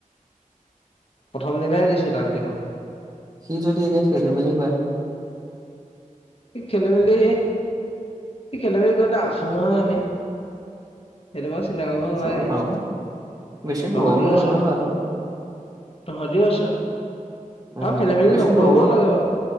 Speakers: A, on the left (about 45°); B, on the right (about 25°).
A: প্ৰথম দিনাই দিছো তাক দেখোন।
B: সি যদি এতিয়া খেলি মেলি কৰে।
A: সি খেলি মেলি, সি খেলে মেলি কৰিলে আছো নহয় আমি। সেইটো বাৰু চিন্তা কৰিব
B: আছো
A: নালাগে
B: আৰু বেছি
A: তহঁতেও
B: দূৰও নহয়
A: আছা।
B: নহয় ল'ৰাটো
A: তহঁতেও আছা।
B: উম
A: আৰু খেলি মেলি
B: বেছি
A: নকৰিবও
B: দূৰও ন
A: লাগে বাৰু